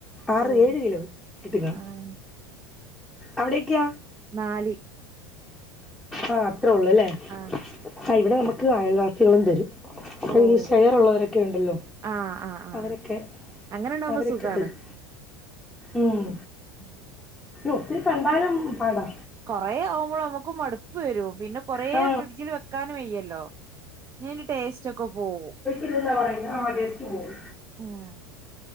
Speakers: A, in the centre; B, on the right.
A: ആറ്
B: ഓഹ്
A: ഏഴ് കിലോ കിട്ടിക്കാ
B: ആഹ്
A: അവിടെയൊക്കെ
B: നാല്
A: ആ അത്രേ ഉള്ളൂ ല്ലേ
B: ആഹ്
A: ആ ഇവിടെ നമുക്ക് അയൽവാസികളും തരും
B: ഓഹ്
A: ഈ ഷെയർ ഉള്ളവരൊക്കെ ഉണ്ടല്ലോ
B: ആഹ് ആഹ് ആഹ് ആ
A: അവരൊക്കെ
B: അങ്ങനെ ഉണ്ടാകുമ്പോ
A: അവരൊക്കെ
B: സുഖാണ്
A: തരും ഉം
B: <inaudible>
A: ഒത്തിരി കണ്ടാലും പാടാ
B: കുറേ ആവുമ്പോള് നമുക്കും മടുപ്പ് വരും പിന്നെ കൊറേ
A: ആ
B: ഫ്രിഡ്ജില് വെക്കാനും വയ്യല്ലോ നീ അയിൻ്റെടേസ്റ്റ് ക്കൊപോവും
A: ഇതന്താ പറയുന്നു ആ ടേസ്റ്റ് പോവും
B: ഉം